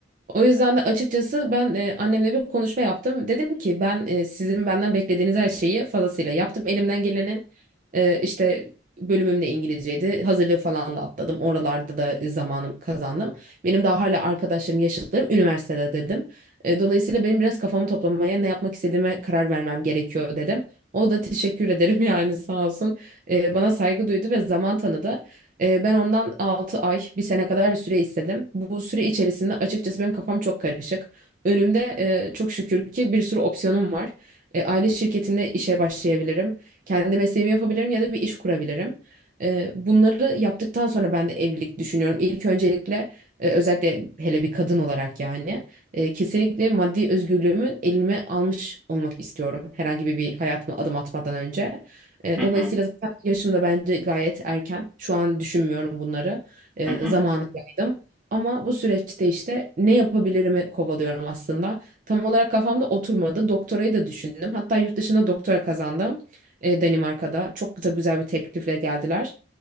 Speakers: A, on the right (about 40°); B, in the centre.
A: O yüzden de açıkçası ben e, annemle bir konuşma yaptım. Dedim ki ben e, sizin benden beklediğiniz her şeyi fazlasıyla yaptım. Elimden gelenin e, işte bölümüm de İngilizceydi. Hazırlığı falan da atladım. Oralarda da e, zamanım kazandım. Benim daha hala arkadaşlarım, yaşıtlarım üniversitede dedim. E, dolayısıyla benim biraz kafamı toplamaya, ne yapmak istediğime karar vermem gerekiyor dedim. O da teşekkür ederim <laughs> yani sağ olsun. E, bana saygı duydu ve zaman tanıdı. Ee, ben ondan 6 ay, bir sene kadar bir süre istedim. Bu süre içerisinde açıkçası benim kafam çok karışık. Önümde e, çok şükür ki bir sürü opsiyonum var. E, aile şirketinde işe başlayabilirim. Kendi mesleğimi yapabilirim ya da bir iş kurabilirim. E, bunları yaptıktan sonra ben de evlilik düşünüyorum. İlk öncelikle e, özellikle hele bir kadın olarak yani e, kesinlikle maddi özgürlüğümün elime almış olmak istiyorum. Herhangi bir, bir hayatıma adım atmadan önce. E,
B: Hı
A: dolayısıyla
B: hı.
A: zaten yaşım da bence gayet erken. Şu an düşünmüyorum bunları. E,
B: Hı hı.
A: zamanı yaydım. Ama bu süreçte işte ne yapabilirimi kovalıyorum aslında. Tam olarak kafamda oturmadı. Doktorayı da düşündüm. Hatta yurt dışında doktora kazandım. E, Danimarka'da. Çok da güzel bir teklifle geldiler.